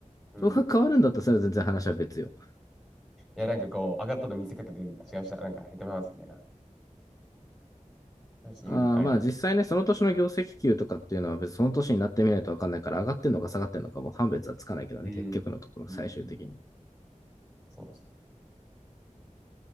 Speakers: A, in the centre; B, on the left.
A: うん。
B: そこが変わるんだったらそれは全然話は別よ。
A: いやなんかこう、上がったと見せかけて違いました。なんか減ってますみたいな。私、イメあれやけど。
B: あーまあ実際ね、その年の業績給とかっていうのは別にその年になってみないと分かんないから、上がってんのか下がってんのかもう判別はつかないけどね、
A: うん。
B: 結局のところ最終的に。
A: うんうんうんそうですよ。